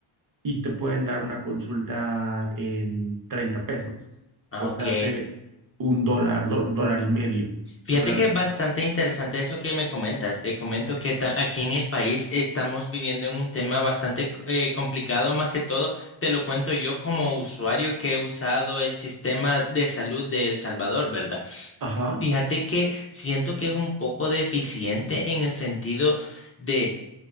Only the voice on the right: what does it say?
y te pueden dar una consulta en 30 pesos.
O
sea, hace un dólar, do- dólar y medio.
Dólar.
Ajá.